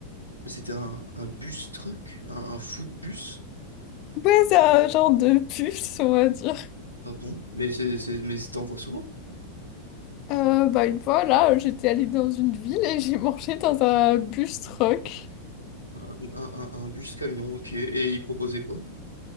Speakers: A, on the right; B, on the left.
A: Mais c'était un, un bus truck, un, un food bus.
B: Ouais, c'est un genre de puce, on va dire.
A: Ah bon? Mais c'est, c'est, mais t'en vois souvent?
B: Euh, bah une fois là, j'étais allée dans une ville et j'ai mangé dans un bus truck.
A: Un, un- un- un bus camion, ok. Et il proposait quoi?